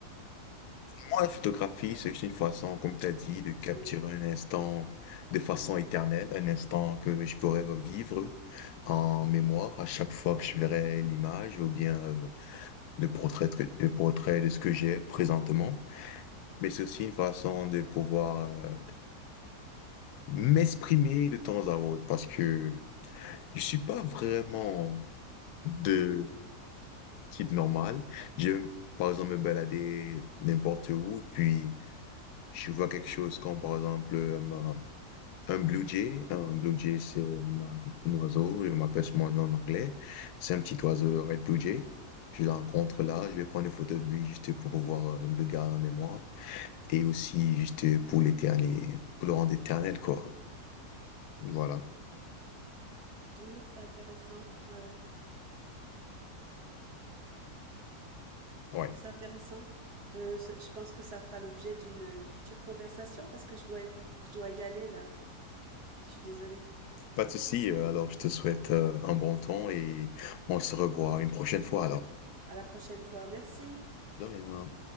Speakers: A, on the left (about 75°); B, on the right (about 70°).
A: Moi, la photographie, c'est juste une façon, comme tu as dit, de capturer
B: oui, oui,
A: un instant de façon éternelle, un instant que je pourrais revivre en mémoire à chaque fois que je verrai l'image ou bien euh, le portrait, de- le portrait de ce que j'ai présentement. Mais c'est aussi une façon de pouvoir euh, m'exprimer de temps à autre parce que je suis pas vraiment de type normal. J'aime, par exemple, me balader n'importe où, puis je vois quelque chose comme, par exemple, un, un blue jay. Un blue jay, c'est un, un oiseau, je m'appelle ce nom en anglais. C'est un petit oiseau, le red blue jay. Je le rencontre là, je vais prendre une photo de lui juste pour pouvoir euh, me le garder en mémoire et aussi juste pour l'éternel, pour le rendre éternel, quoi. Voilà.
B: Oui, c'est intéressant. Ouais, ouais.
A: Ouais.
B: C'est intéressant. Euh, ça- je pense que ça fera l'objet d'une euh, future conversation parce que je dois, je dois y aller là. Je suis désolée.
A: Pas de souci, euh, alors je te souhaite euh, un bon temps et on se revoit une prochaine fois alors.
B: À la prochaine fois. Merci.
A: De rien.